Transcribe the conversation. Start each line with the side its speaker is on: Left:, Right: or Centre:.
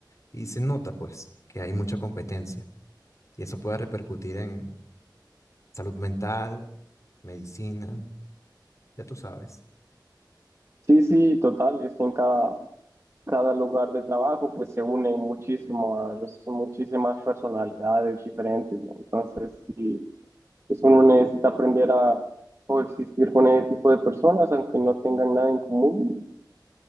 Left: y se nota pues que hay mucha competencia. Y eso puede repercutir en salud mental, medicina, ya tú sabes.
Right: Sí, sí, total, es que en cada, cada lugar de trabajo pues se unen muchísimo a los- muchísimas personalidades diferentes, ¿no? Entonces, sí, pues uno necesita aprender a coexistir con ese tipo de personas, aunque no tengan nada en común.